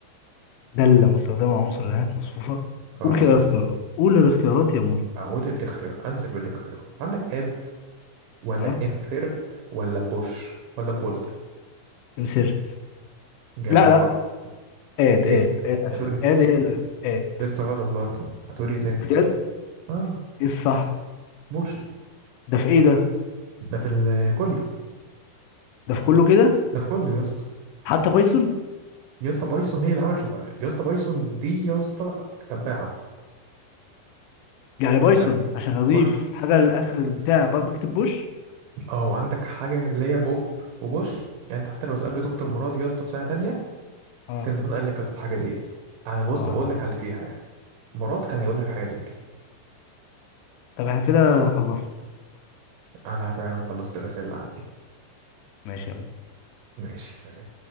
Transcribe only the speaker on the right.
اه
أقول الاختيار أنزل بالاختيار عندك add ولا
insert ولا push ولا pull
جابها
غلط
ايه
هتقولي
لسه غلط برضه هتقولي إيه تاني
اه
بوش
ده في ال- كله
ده في كله يا اسطى
يا اسطى بايثون هي اللي عملت الح- يا اسطى بايثون دي يا اسطى تباعة
فاهم
بايثون
اه وعندك حاجة اللي هي بوب وبوش يعني انت حتى لو سألت دكتور مراد يا اسطى في سنة تانية
كان زمان قال لك يا اسطى حاجة زي دي انا بص
بقول لك على اللي فيها يعني مراد كان هيقول لك حاجة زي دي
انا فعلا خلصت الرسالة اللي عندي
ماشي سلام